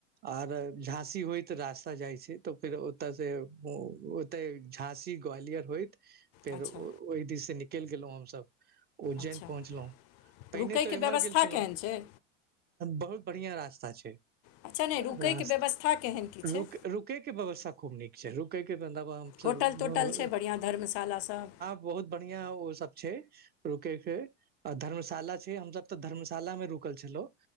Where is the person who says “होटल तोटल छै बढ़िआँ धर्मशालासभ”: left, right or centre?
Left